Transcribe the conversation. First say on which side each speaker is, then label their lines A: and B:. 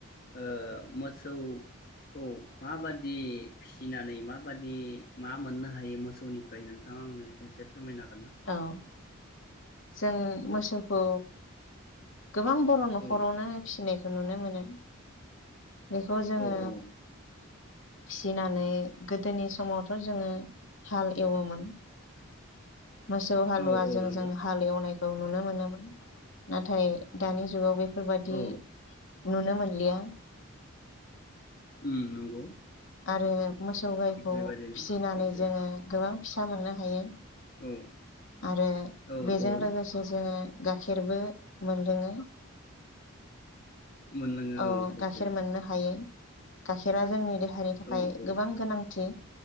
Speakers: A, on the left; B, on the left.
A: ओ मोसौ खौ माबादि फिसिनानै माबादि मा मोननो हायो मोसौनिफ्राय नोंथाङा आंनो एसे फोरमायनो हागोन ना?
B: औ जों
A: औ
B: मोसौखौ गोबां बर' न'खरावनो
A: औ
B: फिसिनायख नुनो मोनो। बेखौ जोङो
A: औ औ
B: फिसिनानै गोदोनि समावथ' जोङो हाल एवोमोन। मोसौ हालुवाजों
A: औ औ नंगौ
B: जों हाल एवनाय खौ नुनो मोनोमोन। नाथाय दानि जुगाव बे फोरबायदि
A: औ
B: नुनो मोनलिया।
A: उम नंगौ।
B: आरो मोसौ गाइखौ
A: थिग बेबादिनो
B: फिसिनानै
A: सैथो
B: जोङो गोबां फिसा मोननो हायो।
A: औ।
B: आरो
A: औ
B: बेजों
A: औ
B: लोगोसे जोङो गाखेरबो मोनलोङो।
A: मोनलोङो
B: औ
A: सैथो
B: गाखेर मोननो हायो। गाखेरा जोंनि देहा देहानि थाखाय
A: औ औ
B: गोबां गोनांथि।